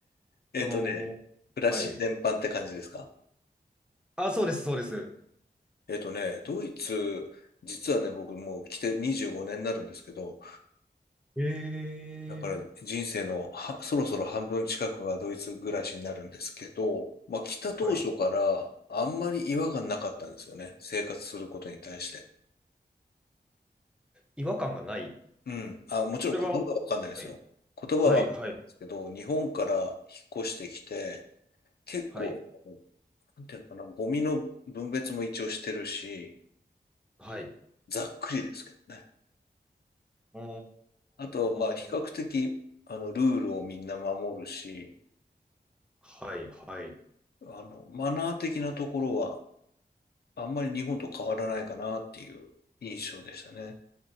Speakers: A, on the left; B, in the centre.
A: えっとね、
B: その、
A: 暮らし全般って感じですか。
B: はい。あ、そうです、そうです。
A: えっとね、ドイツ、実はね、僕もう来て25年になるんですけど、
B: ええ
A: だから人生のはそろそろ半分近くがドイツ暮らしになるんですけど、まあ来た当初からあんまり違和感なかったんですよね。
B: はい。
A: 生活することに対して。
B: 違和感がない。
A: うん。あ、もちろん言葉はわかんないですよ。
B: それは、はい、
A: 言葉はわかんないですけど、
B: はい、はい、
A: 日本から引っ越してきて、結構、
B: はい、
A: なんていうのかな、ゴミの分別も一応してるし、
B: はい。
A: ざっくりですけどね。
B: お
A: あと、まあ、比較的、
B: ー
A: あの、ルールをみんな守るし、
B: はい、はい。
A: あの、マナー的なところは、あんまり日本と変わらないかなっていう印象でしたね。